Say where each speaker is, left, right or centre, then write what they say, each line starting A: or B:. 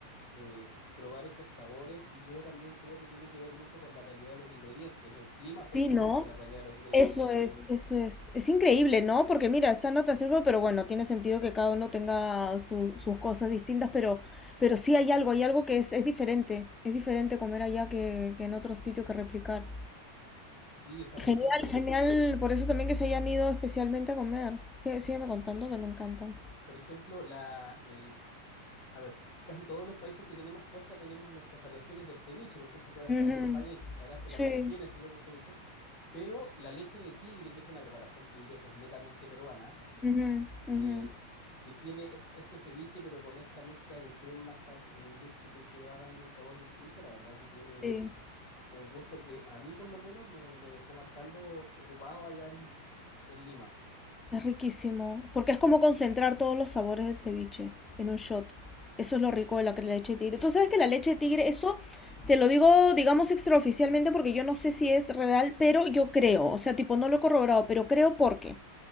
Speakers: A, on the left; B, on the left.
A: eh, probar esos sabores y yo también creo que tiene que ver mucho con la calidad de los ingredientes. El clima afecta
B: Sí, ¿no?
A: mucho la calidad de los ingredientes.
B: Eso es, eso es, es increíble, ¿no? Porque mira, esta nota sirve, pero bueno, tiene sentido que cada uno tenga su- sus cosas distintas, pero, pero sí hay algo, hay algo que es, es diferente, es diferente comer allá que, que en otro sitio que replicar.
A: Sí, o sea,
B: Genial,
A: por ejemplo, inc-
B: genial, por eso también que se hayan ido especialmente a comer. Sí, sígueme contando que me encantan.
A: por ejemplo, la, el, a ver, casi todos los países que tenemos costa tenemos nuestras variaciones del ceviche. Por ejemplo, tú ahora
B: Ujú,
A: estás en España y y sabrás que
B: Sí,
A: también tienen su propio ceviche Pero la leche de tigre, que es una preparación que diría que es netamente peruana,
B: ujú,
A: eh,
B: ujú,
A: que tiene est- este ceviche, pero con esta mezcla de crema, sal, eh, leche que te va dando un sabor distinto, la verdad que tiene un,
B: sí.
A: un gusto que a mí por lo menos me, me dejó marcando ocupado allá en, en Lima.
B: Es riquísimo, porque es como concentrar todos los sabores del ceviche en un shot. Eso es lo rico de la leche de tigre. Tú sabes que la leche de tigre, eso te lo digo, digamos, extraoficialmente porque yo no sé si es real, pero yo creo, o sea, tipo, no lo he corroborado, pero creo porque,